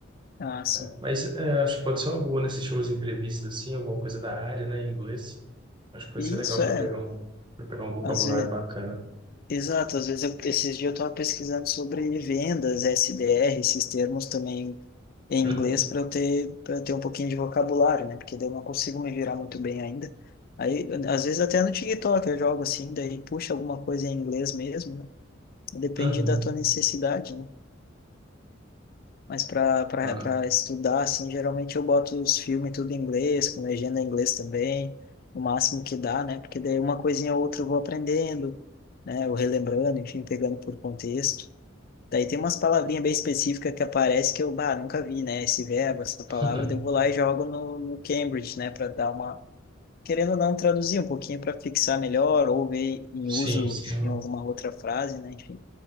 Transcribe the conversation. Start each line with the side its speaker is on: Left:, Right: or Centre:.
Left: Ah, sim.
Right: Mas é, acho que pode ser uma boa, né, assistir umas entrevistas assim, alguma coisa da área, né, em inglês. Acho que pode
Left: E
Right: ser legal
Left: Isso é,
Right: para pegar um para pegar um vocabulário
Left: às vezes,
Right: bacana.
Left: exato, às vezes eu, esses dias eu estava pesquisando sobre vendas, SDR, esses termos também em inglês
Right: Uhum.
Left: para eu ter, para ter um pouquinho de vocabulário, né? Porque daí eu não consigo me virar muito bem ainda. Aí, às vezes até no TikTok eu jogo assim, daí puxa alguma coisa em inglês mesmo, né? Depende
Right: Uhum.
Left: da tua necessidade, né? Mas para para
Right: Claro.
Left: estudar, assim, geralmente eu boto os filmes tudo em inglês, com legenda em inglês também, o máximo que dá, né? Porque daí uma coisinha ou outra eu vou aprendendo, né? Ou relembrando, enfim, pegando por contexto. Daí tem umas palavrinhas bem específicas que aparecem que eu, bah, nunca vi, né? Esse verbo, essa palavra,
Right: <laughs>
Left: daí eu vou lá e jogo no, no Cambridge, né? Para dar uma. Querendo ou não, traduzir um pouquinho para fixar melhor, ou ver em uso
Right: Sim, sim.
Left: em alguma outra frase, né? Enfim.